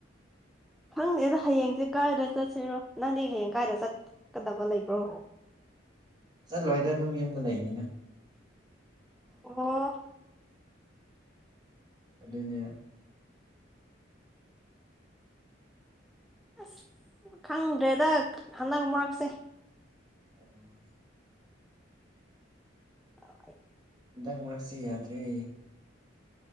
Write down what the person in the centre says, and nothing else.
ꯈꯪꯗꯦꯗ ꯍꯌꯦꯡꯁꯦ ꯀꯥꯏꯗ ꯆꯠꯁꯤꯔꯣ ꯅꯪꯗꯤ ꯍꯌꯦꯡ ꯀꯥꯏꯗ ꯆꯠꯀꯗꯕ ꯂꯩꯕ꯭ꯔꯣ
ꯑꯣ
ꯑꯁ ꯈꯪꯗ꯭ꯔꯦꯗ ꯍꯟꯗꯛ ꯃꯔꯛꯁꯦ
ꯑ